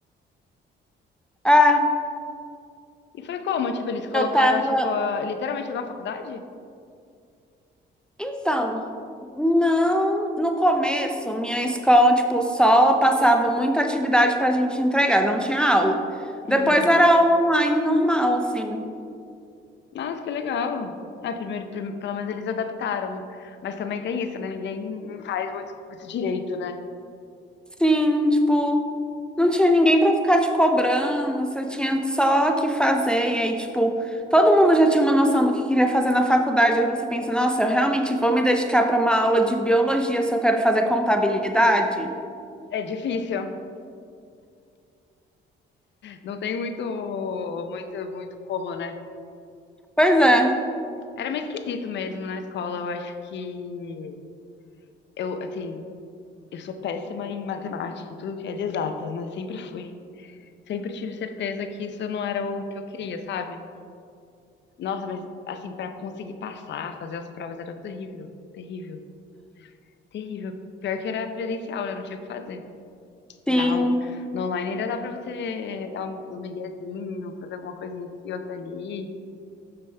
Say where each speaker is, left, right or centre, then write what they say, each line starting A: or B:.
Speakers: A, in the centre; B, on the left.
A: É,
B: E foi como? Tipo, eles
A: eu
B: colocaram,
A: tava.
B: tipo, a- literalmente igual a faculdade?
A: Então. Não, no começo, minha escola, tipo, só passava muita atividade pra gente entregar, não tinha aula. Depois
B: Uhum.
A: era aula online normal, assim.
B: Nossa, que legal. Ah, primeiro, prim- pelo menos eles adaptaram. Mas também tem isso, né? Ninguém faz muito, muito direito, né?
A: Sim, tipo, não tinha ninguém pra ficar te cobrando, você tinha só que fazer. E aí, tipo, todo mundo já tinha uma noção do que queria fazer na faculdade. Aí você pensa, nossa, eu realmente vou me dedicar pra uma aula de biologia se eu quero fazer contabilidade?
B: É difícil. Não tem muito, muito, muito como, né?
A: Pois é,
B: Era meio esquisito mesmo na escola. Eu acho que eu, assim, eu sou péssima em matemática, em tudo que é de exatas, né? Sempre fui. Sempre tive certeza que isso não era o que eu queria, sabe? Nossa, mas assim, pra conseguir passar, fazer as provas era terrível, terrível, terrível. Pior que era presencial, né? Não tinha o que fazer.
A: sim,
B: Não, no online ainda dá pra você dar um, um miguezinho, fazer alguma coisinha aqui, outra ali.